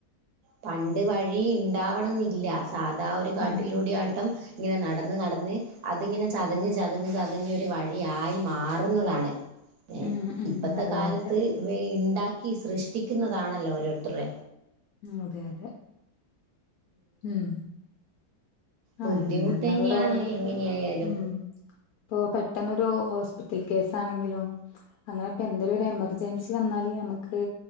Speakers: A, on the right (about 65°); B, on the left (about 70°).
A: പണ്ട് വഴി ഇണ്ടാവണംന്നില്ല സാധാ ഒരു കാട്ടിലൂടെ
B: ഉം
A: ആട്ടം ഇങ്ങനെ നടന്ന് നടന്ന് അതിങ്ങെനെ ചതഞ്ഞ് ചതഞ്ഞ് ചതഞ്ഞാെര് വഴി ആയി മാറ്ന്നതാണ് ഏഹ്
B: ഉം ഉം
A: ഇപ്പത്തെ
B: അതെ
A: കാലത്ത്
B: അതെ
A: വെ ഇണ്ടാക്കി സൃഷ്ടിക്ക്ന്നതാണല്ലോ ഓരോര്ത്ത്രെ
B: അതെ അതെ ഉം ആഹ്
A: ബുദ്ധിമുട്ട്
B: എന്നാന്നാവൊ
A: തന്നെയാണ്
B: റോഡൊക്കെ
A: എങ്ങനെയായാലും
B: ഉം പ്പോ പെട്ടെന്നൊരു ഹോസ്പിറ്റൽ കേസാണെങ്കിലും അങ്ങനെപ്പെന്തേലാെരു എമെർജെൻസി വന്നാല് ഞമ്ക്ക്